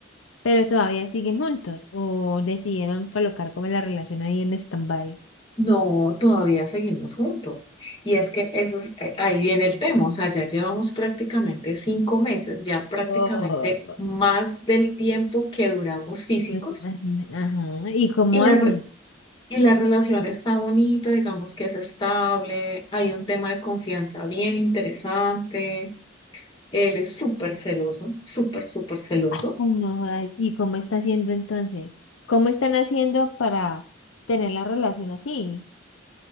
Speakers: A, on the left; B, on the left.
A: ¿Pero todavía siguen juntos o decidieron colocar como la relación ahí en stand-by?
B: No, todavía seguimos juntos. Y es que eso es, eh, ahí viene el tema, o sea, ya llevamos prácticamente cinco meses, ya prácticamente
A: Oh,
B: más del tiempo que duramos físicos
A: pues, ay, me- ajá. ¿Y cómo
B: y la,
A: hacen?
B: re- y la relación está bonita, digamos que es estable, hay un tema de confianza bien interesante, él es súper celoso, súper, súper celoso.
A: Ay, no jodas. ¿Y cómo está haciendo entonces? ¿Cómo están haciendo para tener la relación así?